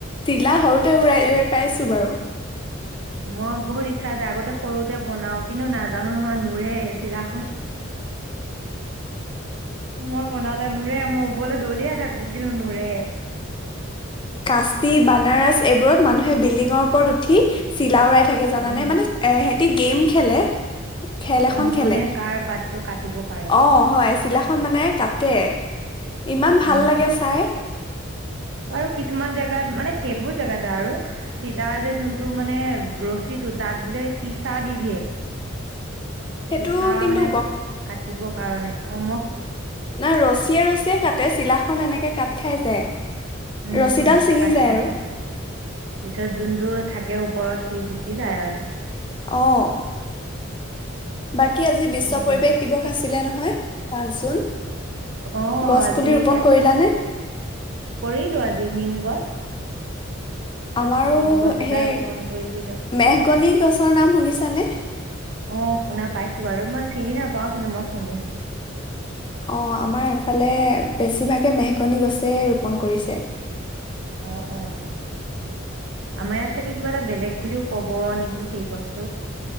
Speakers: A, on the left (about 25°); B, on the right (about 65°).
A: তিলা সৰুতে উৰাই পাইছো বাৰু।
B: মই বহুত ইচ্ছা আছে আগতে সৰুতে বনাও কিন্তু নাজানো নহয় নুৰে চিলাখন মই বনালে নুৰে মোৰ ওপৰলৈ দলিয়াই থাকো কিন্তু নুৰে।
A: কাচি বানাৰস এইবোৰত মানুহে বিল্ডিঙৰ ওপৰত উঠি চিলাওৰাই থাকে জানা
B: উম
A: নাই মানে এ এ গেম খেলে খেল এখন
B: অ
A: খেলে
B: কোনে কাৰ পাতটো কাটিব পাৰে
A: অ' হয় চিলাখন মানে কাটে ইমান ভাল
B: উম
A: লাগে চাই।
B: আৰু কিছুমান জেগাত মানে সেইবোৰ জেগাতে আৰু চিলাৰ যে যোনটো মানে ৰছীটো তাত বোলে চিচা দি দিয়ে।
A: সেইটো
B: চিচা
A: কিন্তু
B: মানে কাটিবৰ কাৰণে অম
A: না ৰছীয়ে ৰছীয়ে কাটে চিলা খন এনেকে কাট খাই যায়।
B: উম
A: ৰছীডাল
B: উম
A: ছিঙি
B: কাট খাই
A: আৰু
B: যায় পিছত যোনটো থাকে। ওপৰত সি জুিকি যায় আৰু
A: অ'। বাকী আজি বিশ্ব
B: হয় দিয়া
A: পৰিৱেশ দিৱস আছিলে নহয়। পাঁচ জুন।
B: অ'
A: গছ
B: আজি
A: পুলি ৰোপন
B: তাকে
A: কৰিলানে
B: কৰিলো আজি নিম গছ।
A: আমাৰো
B: নিম গছ এডাল
A: সেই,
B: ৰোপন কৰি দিলো
A: মেঘগনি গছৰ নাম শুনিছানে?
B: অ' শুনা পাইছো বাৰু মই চিনি নাপাও কিন্তু মই শুনিছো।
A: অ' আমাৰ এফালে বেছিভাগে মেহগনি গছে ৰোপণ কৰিছে।
B: অ' অ' আমাৰ ইয়াত চাগে কিবা এটা বেলেগ বুলিও কব নেকি সেই গছটো।